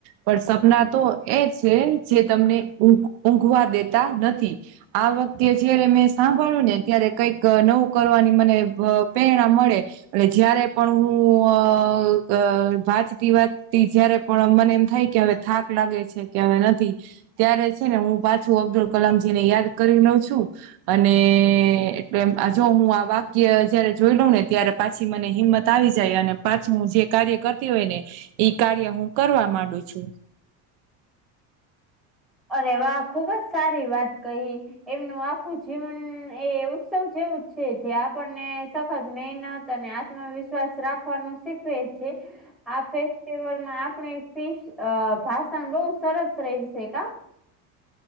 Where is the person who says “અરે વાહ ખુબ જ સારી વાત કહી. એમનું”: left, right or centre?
Centre